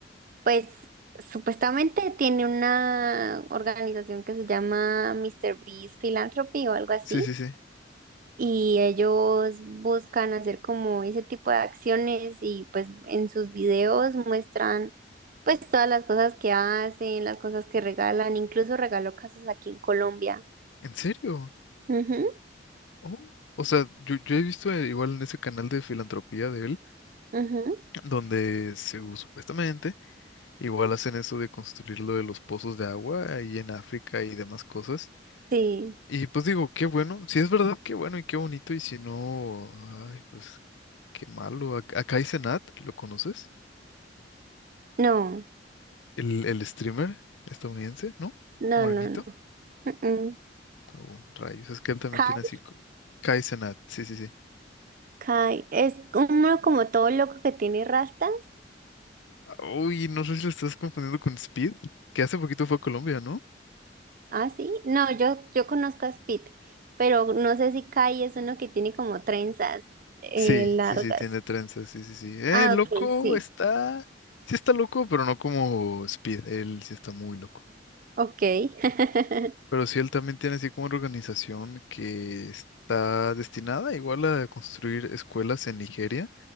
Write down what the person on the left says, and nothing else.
Sí, sí, sí.
¿En serio?
Oh, O sea, yo, yo he visto eh, igual en ese canal de filantropía de él,
donde se, supuestamente Igual hacen eso de construir lo de los pozos de agua ahí en África y demás cosas.
Y pues digo, qué bueno, si es verdad, qué bueno y qué bonito, y si no, ay, pues qué malo. Ac- Acá hay Senat, ¿lo conoces?
El, el streamer estadounidense, ¿no?
Morenito.
Oh, rayos, es que él también
tiene así. co- Kai Cenat, sí, sí, sí.
Ah, Uy, no sé si lo estás confundiendo con Speed, que hace poquito fue a Colombia, ¿no?
Sí,
sí, sí, tiene trenzas, sí, sí, sí. Eh,
loco,
está, sí está loco, pero no como Speed, él sí está muy loco.
Pero sí, él también tiene así como una organización que está destinada igual a construir escuelas en Nigeria,